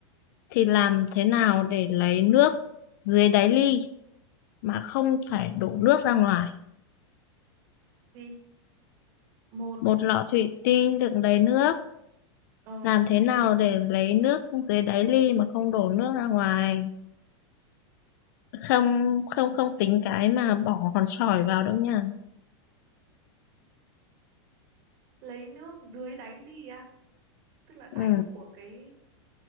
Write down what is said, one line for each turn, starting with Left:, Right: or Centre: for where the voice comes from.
Left: thì làm thế nào để lấy nước dưới đáy ly mà không phải đổ nước ra ngoài.
Right: gì một
Left: Một lọ thủy tinh đựng đầy nước,
Right: ờ
Left: làm thế nào để lấy nước dưới đáy ly mà không đổ nước ra ngoài? Không không không tính cái mà bỏ hòn sỏi vào đâu nha.
Right: lấy nước dưới đáy ly á tức là đáy
Left: Ừ.
Right: của cái